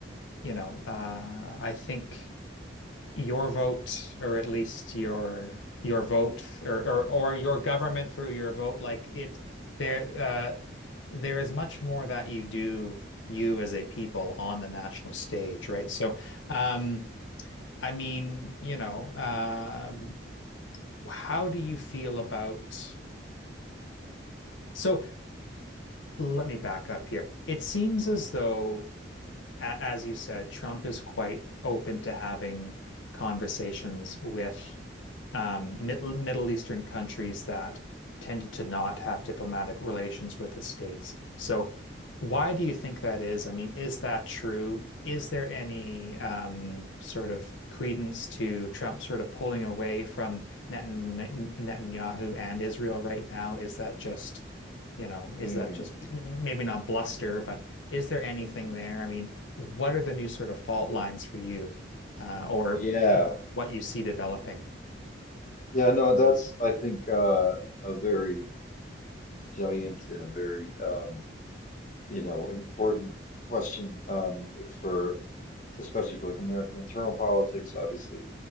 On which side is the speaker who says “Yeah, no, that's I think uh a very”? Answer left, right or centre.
Left